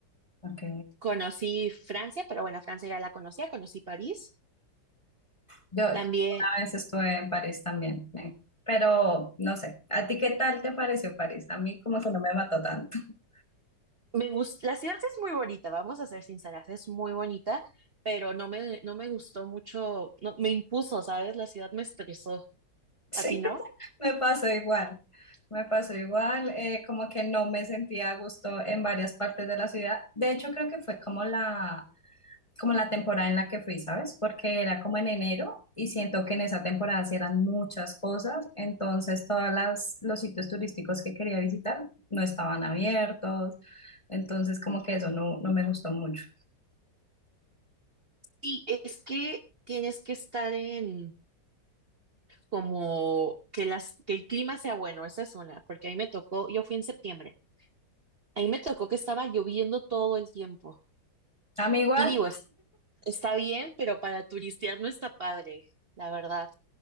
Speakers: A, on the left; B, on the right.
A: Ok.
B: Conocí Francia, pero bueno, Francia ya la conocía, conocí París.
A: Yo a
B: También
A: veces estuve en París también, eh, Pero no sé, ¿a ti qué tal te pareció París? A mí como que no me mató tanto. <laughs>
B: me gusta, la ciudad es muy bonita, vamos a ser sinceras, es muy bonita, pero no me, no me gustó mucho, no, me impuso, ¿sabes? La ciudad me estresó.
A: Sí,
B: ¿A ti no?
A: me pasó igual. Me pasó igual, eh, como que no me sentía a gusto en varias partes de la ciudad. De hecho, creo que fue como la, como la temporada en la que fui, ¿sabes? Porque era como en enero y siento que en esa temporada sí eran muchas cosas, entonces todas las los sitios turísticos que quería visitar no estaban abiertos, entonces como que eso no, no me gustó mucho.
B: Sí, es que tienes que estar en como que las que el clima sea bueno, esa es una, porque ahí me tocó, yo fui en septiembre, ahí me tocó que estaba lloviendo todo el tiempo.
A: A mí igual
B: Y digo, es Está bien, pero para turistear no está padre, la verdad.